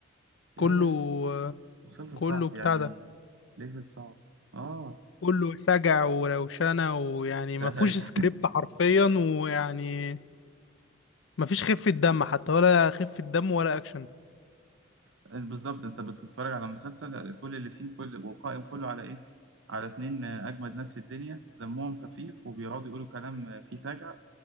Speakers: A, on the right (about 70°); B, on the left (about 70°).
A: لا
B: كله
A: لا لا كان
B: آه،
A: مسلسل
B: كله
A: صعب
B: بتاع
A: يعني
B: ده
A: ليفل صعب اه
B: كله سجع وروشنة ويعني ما
A: <laughs>
B: فيهوش سكريبت حرفيا ويعني ما فيش خفة دم حتى ولا خفة دم ولا اكشن
A: بالظبط انت بتتفرج على مسلسل كل اللي فيه كل وقائم كله على ايه على اتنين اجمد ناس في الدنيا دمهم خفيف وبيقعدوا يقولوا كلام فيه سجع